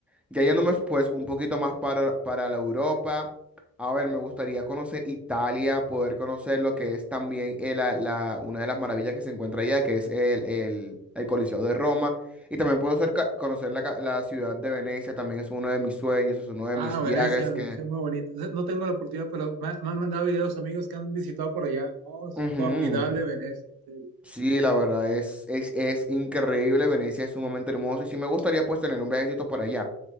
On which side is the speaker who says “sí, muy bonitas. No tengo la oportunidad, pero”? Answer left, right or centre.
Right